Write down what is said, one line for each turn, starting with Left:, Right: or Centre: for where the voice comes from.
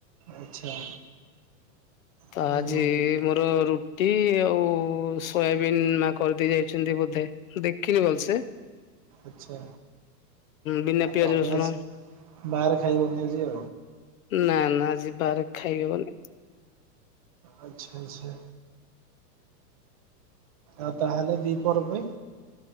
Right: ଆଚ୍ଛା।
Left: ତା
Right: ହୁଁ
Left: ଆଜି। ମୋର ରୁଟି ଆଉ ସୋୟାବିନ୍ ମା କରିଦେଇ ଯାଇଛନ୍ତି ବୋଧେ। ଦେଖିନି ଭଲ ସେ।
Right: ଆଛା
Left: ବିନା
Right: ଆ
Left: ପିଆଜ
Right: ତ
Left: ରସୁଣ
Right: ଆସ ବାହାର ଖାଇବନି ଆଜି।
Left: ନା ନା ଆଜି ବାହାରେ ଖାଇହବନି।
Right: ଆଚ୍ଛା ଆଚ୍ଛା ଆ ତାହେଲେ ଦ୍ୱିପହର ପାଇଁ।